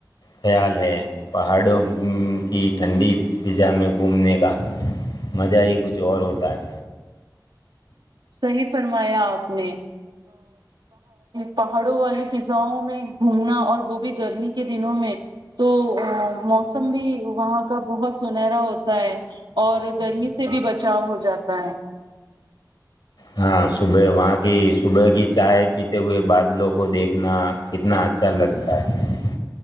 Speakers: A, on the left; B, on the right.
A: خیال ہے پہاڑوں کی ٹھنڈی فضا میں گھومنے کا مزہ ہی کچھ اور ہوتا ہے
B: صحیح فرمایا آپ نے پہاڑوں والی فضاؤں میں گھومنا اور وہ بھی گرمی کے دنوں میں تو موسم بھی وہاں کا بہت سنہرا ہوتا ہے اور گرمی سے بھی بچاؤ ہو جاتا ہے
A: ہاں صبح وہاں کی صبح کی چائے پیتے ہوئے بادلوں کو دیکھنا کتنا اچھا لگتا ہے